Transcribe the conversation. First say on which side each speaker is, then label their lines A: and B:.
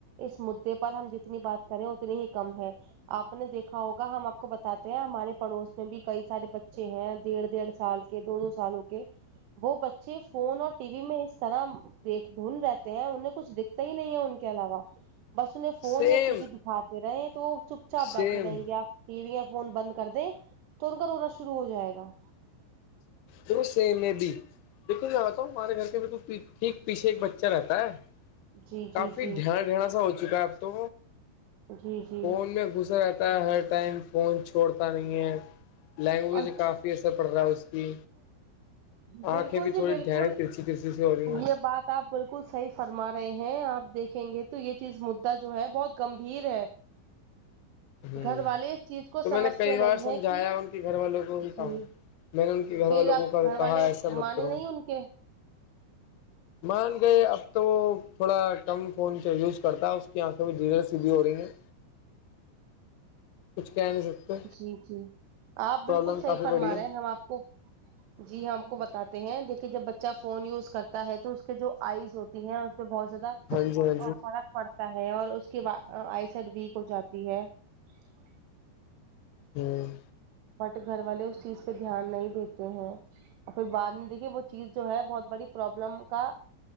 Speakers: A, on the right; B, on the left.
A: اس مدے پر ہم جتنی بات کریں اتنی ہی کم ہے آپ نے دیکھا ہوگا ہم آپ کو بتاتے ہیں ہمارے پڑوس میں بھی کئی سارے بچے ہیں ڈیڑھ ڈیڑھ سال سے دو دو سالوں کے وہ بچے فون اور ٹی وی میں اس طرح دیکھ دھن رہتے ہیں انہیں کچھ دکھتا ہی نہیں ہے ان کے علاوہ بس انہیں فون
B: سیم
A: یا ٹی وی دکھاتے رہے تو وہ چپ چاپ
B: سیم
A: بیٹھے رہیں گے آپ ٹی وی یا فون بند کر دیں تو ان کا رونا شروع ہو جائے گا
B: دوسرے میں بھی دیکھی جاہ رہتا ہوں ہمارے گھر کے بھی تو ٹھیک پیھے ایک بچہ رہتا ہے
A: جی جی
B: کافی
A: جی
B: ڈھیان ڈھنا سا ہو چکا ہے اب تو
A: جی جی
B: فون میں گھسا رہتا ہے ہر ٹائم فون چھوڑتا نہیں ہے لینگویج
A: اچھا
B: کافی اثر پڑ رہا ہے اس کی
A: بالکل
B: آنکھیں بھی
A: جی
B: تھوڑی
A: بالکل
B: ڈھریں ترچ ترسی سے ہو رہی ہیں
A: یہ بات آپ بالکل صحیح فرما رہے ہیں آپ دیکھیں گے تو یہ چیز مدعا جو ہے بہت گمبھیر ہے
B: ہوں
A: <inaudible> گھر والے اس چیز کو
B: تو
A: سمجھتے
B: میں نے کئی
A: نہیں
B: بار سمجھایا
A: ہے کہ
B: ان کے گھر والوں کو بھی کہا
A: جی
B: میں نے ان کے گھر
A: پھر
B: والوں
A: آپ
B: کو
A: گھر
B: کہا
A: والے
B: ایسا مت
A: مان
B: کرو
A: نہیں ان کے
B: مان گئے اب تو وہ تھوڑا کٹم فون سے یوز کرتا ہے اس کی آنکھیں میں ڈیزر سیدھی ہو رہی ہیں کچھ کہہ نہیں سکتے
A: جی جی آپ
B: پرابلم
A: بالکل صحی
B: کافی
A: فرما
B: بڑی ہے
A: رہے ہیں ہم آپ کو جی جی ہم کو بتاتے ہیں دیکھیے جب بچہ فون یوز کرتا ہے تو اس کے جو آئز ہوتی ہے اس پہ بہت زیادہ
B: ہاں جی ہاں
A: اور فرق پڑتا ہے اور اس کے بع آئیسڈ ویک ہو جاتی ہے <inaudible>
B: ہوں
A: بٹ گھر والے اس چیز پہ دھیان نہیں دیتے ہیں اور پھر بعد میں دیکھیے وہ چیز جو ہے بہت بڑی پروابلم کا